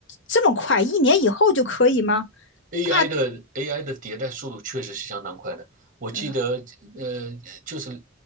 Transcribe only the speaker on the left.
这么快，一年以后就可以吗？
大，
嗯